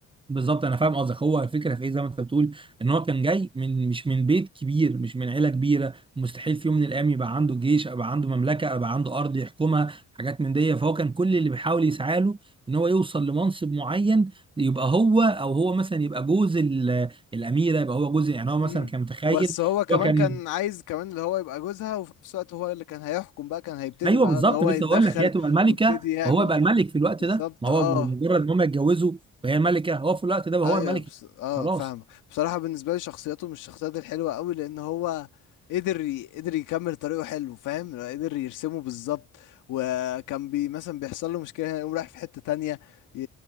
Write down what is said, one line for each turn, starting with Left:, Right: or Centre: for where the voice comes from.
Right: بالظبط انا فاهم قصدك هو الفكره في ايه زي ما انت بتقول ان هو كان جاي من مش من بيت كبير مش من عيله كبيره مستحيل في يوم من الايام يبقى عنده جيش يبقى عنده مملكه يبقى عنده ارض يحكمها حاجات من دي فهو كان كل اللي بيحاول يسعى له ان هو يوصل لمنصب معين يبقى هو او هو مثلا يبقى جوز ال- الاميره يبقى هو جوز يعني هو مثلا
Left: امم
Right: كان متخيل
Left: بس هو كمان
Right: هو كان
Left: كان عايز كمان اللي هو يبقى جوزها وفي نفس الوقت هو اللي كان هيحكم بقى كان هيبتدي
Right: ايوه
Left: بقى
Right: بالظبط
Left: ان هو
Right: لسه
Left: يتدخل
Right: اقول لك هي تبقى الملكه
Left: ويبتدي يعمل
Right: وهو يبقى الملك في الوقت
Left: بالظبط
Right: ده ما هو
Left: اه
Right: مجرد ان هم يتجوزوا وهي الملكه هو في الوقت ده بقى
Left: ايوه
Right: هو الملك
Left: بس... اه
Right: خلاص
Left: فاهمه بصراحه بالنسبه لي شخصيته مش الشخصيات الحلوه قوي لان هو قدر ي... قدر يكمل طريقه حلو فاهم قدر يرسمه بالظبط وكان بي مثلا بيحصل له مشكله هنا يقوم رايح في حته تانية ي...